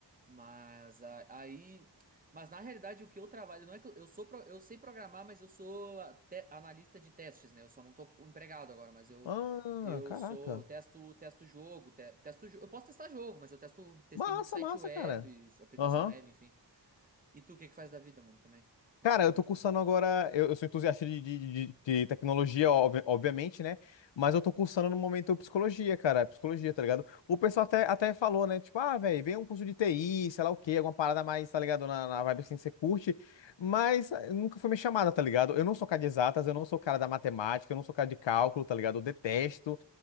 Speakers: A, on the right (about 20°); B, on the left (about 80°).
A: Mas a- aí, mas na realidade o que eu trabalho não é que eu, eu sou pro- eu sei programar, mas eu sou a- te- analista de testes, né? Eu só não tô empregado agora, mas eu
B: Ah,
A: eu
B: caraca.
A: sou testo testo jogo, te- testo jo- eu posso testar jogo, mas eu testo testei
B: Massa,
A: muito site
B: massa,
A: web,
B: cara.
A: aplicação
B: Aham.
A: web, enfim. E tu o que que faz da vida, mano, também? Eu
B: Cara, eu
A: não
B: tô
A: te
B: cursando
A: perguntei.
B: agora. Eu, eu sou entusiasta de, de, de- de tecnologia, obvi- obviamente, né? Mas eu tô cursando no momento psicologia, cara. Psicologia, tá ligado? O pessoal até, até falou, né? Tipo, ah, velho, vem um curso de TI, sei lá o quê, alguma parada mais, tá ligado? Na, na vibe assim que você curte. Mas eh, nunca foi minha chamada, tá ligado? Eu não sou cara de exatas, eu não sou cara da matemática, eu não sou cara de cálculo, tá ligado? Eu detesto.